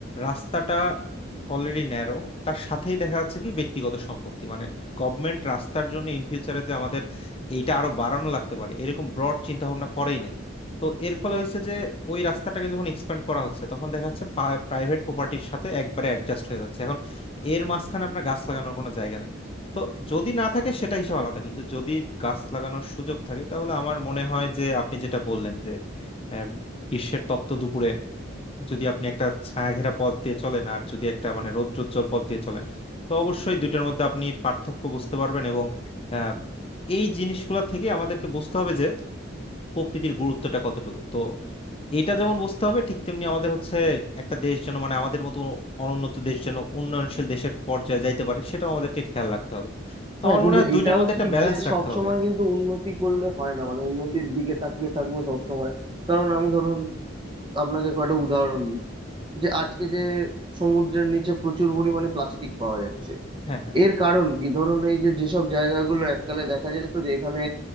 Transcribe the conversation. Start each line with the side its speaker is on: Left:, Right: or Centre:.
Left: রাস্তাটা অলরেডি ন্যারো তার সাথেই দেখা যাচ্ছে কি ব্যক্তিগত সম্পত্তি মানে গভর্নমেন্ট রাস্তার জন্য ইন ফিউচারে যে আমাদের এইটা আরো বাড়ানো লাগতে পারে এরকম ব্রড চিন্তা ভাবনা করেই নাই তো এর ফলে হয়েছে যে ওই রাস্তাটাকে যখন এক্সপ্যান্ড করা হচ্ছে তখন দেখা যাচ্ছে প্রাইভেট প্রপার্টির সাথে একবারে অ্যাডজাস্ট হয়ে যাচ্ছে এখন এর মাঝখানে আপনার গাছ লাগানোর কোনো জায়গা নাই তো যদি না থাকে সেটা হিসাব আলাদা কিন্তু যদি গাছ লাগানোর সুযোগ থাকে তাহলে আমার মনে হয় যে আপনি যেটা বললেন যে আহ, গ্রীষ্মের তপ্ত দুপুরে যদি আপনি একটা ছায়া ঘেরা পথ দিয়ে চলেন আর যদি একটা মানে রৌদ্রোজ্জ্বল পথ দিয়ে চলেন তো অবশ্যই দুইটার মধ্যে আপনি পার্থক্য বুঝতে পারবেন এবং আহ, এই জিনিসগুলা থেকে আমাদেরকে বুঝতে হবে যে প্রকৃতির গুরুত্বটা কতটুকু তো এটা যেমন বুঝতে হবে ঠিক তেমনি আমাদের হচ্ছে একটা দেশ যেন মানে আমাদের মতো অনুন্নত দেশ যেন উন্নয়নশীল দেশের পর্যায়ে যাইতে পারে সেটাও আমাদেরকে খেয়াল রাখতে হবে তো
Right: হ্যাঁ
Left: আমার
Right: কিন্তু
Left: মনে হয় দুইটার
Right: এটাও
Left: মধ্যে
Right: ঠিক
Left: একটা ব্যালেন্স
Right: যে
Left: রাখতে
Right: সব
Left: হবে
Right: সময় কিন্তু উন্নতি করলে হয় না মানে উন্নতির দিকে তাকিয়ে থাকবো সব সময় কারণ আমি ধরুন আপনাকে কয়টা উদাহরণ দিই যে আজকে যে সমুদ্রের নিচে প্রচুর পরিমাণে প্লাস্টিক পাওয়া যাচ্ছে
Left: হ্যাঁ হ্যাঁ
Right: এর কারণ কি ধরুন এই যে যেসব জায়গাগুলো এককালে দেখা যেত যে এখানে